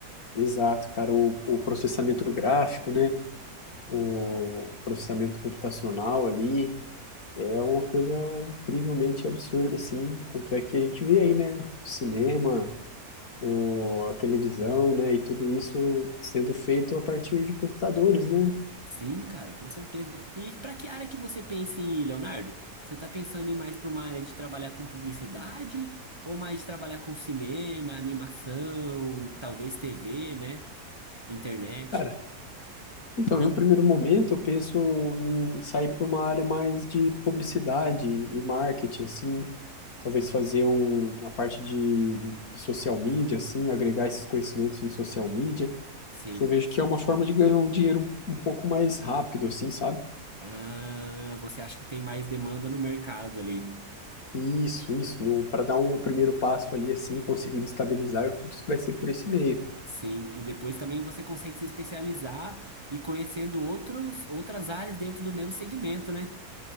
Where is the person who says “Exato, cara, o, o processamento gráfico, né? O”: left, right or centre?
Left